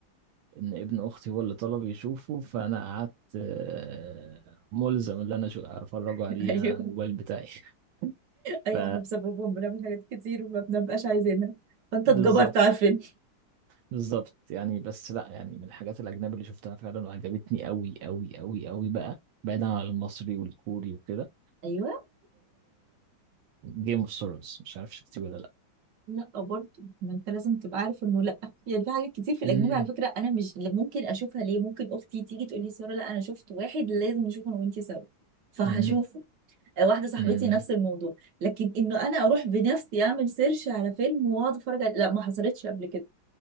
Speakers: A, on the right (about 80°); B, on the right (about 60°).
A: إن ابن أختي هو اللي طلب يشوفه فأنا قعدت آه ملزم إن أنا أشو- أفرجه عليه
B: <laughs> ايوه
A: يعني على الموبايل بتاعي <laughs>
B: ايوه
A: ف
B: احنا بسببهم بنعمل حاجات كتير وما بنبقاش عايزينها فانت
A: بالظبط
B: اتجبرت على الفيلم
A: بالظبط يعني بس لا يعني من الحاجات الأجنبي اللي شفتها فعلا وعجبتني قوي قوي قوي قوي بقى بعيدا عن المصري والكوري وكده
B: ايوه
A: جيم اوف ثرونز مش عارف شفتيه ولا لا
B: لا برضه ما انت لازم تبقى عارف انه لا يعني في حاجات كتير في الاجنبي
A: أمم،
B: على فكره انا مش ممكن اشوفها ليه ممكن اختي تيجي تقول لي ساره لا انا شفت واحد لازم نشوفه انا وانتي سوا فهشوفه
A: أمم،
B: آه، واحده صاحبتي
A: أمم،
B: نفس الموضوع لكن انه انا اروح بنفسي اعمل سيرش على فيلم واقعد اتفرج عليه لا ما حصلتش قبل كده